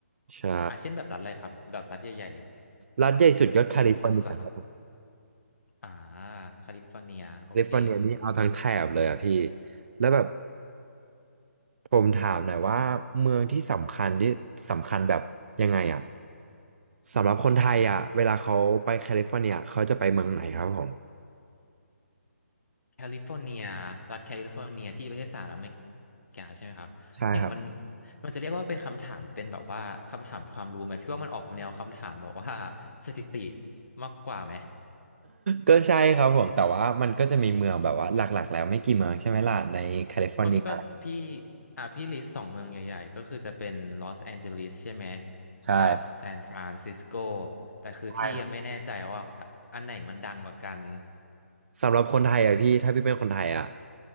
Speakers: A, on the right; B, on the left.
A: ใช่
B: อ่าเช่นแบบรัฐอะไรครับแบบรัฐใหญ่
A: รัฐใหญ่สุดก็แคลิฟอร์เนียครับผม
B: ๆเท็กซัสเหรอครับอ่าแคลิฟอร์เนียโอเค
A: แคลิฟอร์เนียนี่เอาทั้งแถบเลยอะพี่แล้วแบบผมถามหน่อยว่าเมืองที่สำคัญที่สำคัญแบบยังไงอะสำหรับคนไทยอะเวลาเขาไปแคลิฟอร์เนียเขาจะไปเมืองไหนครับผม
B: แคลิฟอร์เนีย รัฐแคลิฟอร์เนียที่ประเทศสหรัฐอเมริกาใช่ไหมครับ
A: ใช่ครับ
B: อย่างมันมันจะเรียกว่าเป็นคำถาม เป็นแบบว่าคำถามความรู้ไหม พี่ว่ามันออกแนวคำถามแบบว่าสถิติมากกว่าไหม
A: ก็ใช่ครับผมแต่ว่ามันก็จะมีเมืองแบบว่าหลักๆแล้วไม่กี่เมืองใช่ไหมล่ะในแคลิฟอร์เนีย
B: เพราะพี่ก็พี่อ่ะพี่ลิสต์สองเมืองใหญ่ๆ ก็คือจะเป็นลอสแอนเจลิสใช่ไหม
A: ใช่
B: กับซานฟรานซิสโกแต่คือพี่ยังไม่แน่ใจว่า
A: ใช่
B: อันไหนมันดังกว่ากัน
A: สำหรับคนไทยอ่ะพี่ถ้าพี่เป็นคนไทยอ่ะ